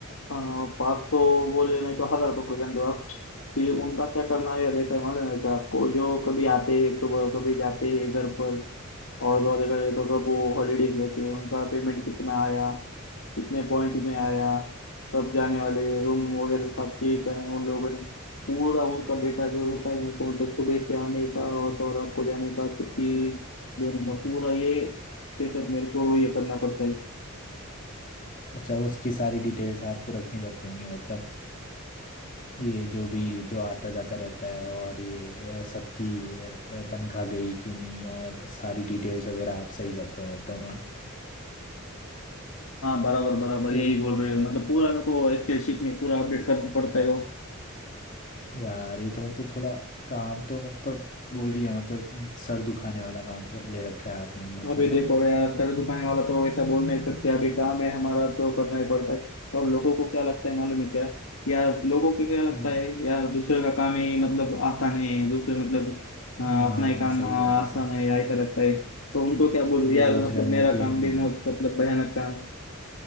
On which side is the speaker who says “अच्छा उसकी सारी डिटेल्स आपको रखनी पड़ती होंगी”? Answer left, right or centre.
Left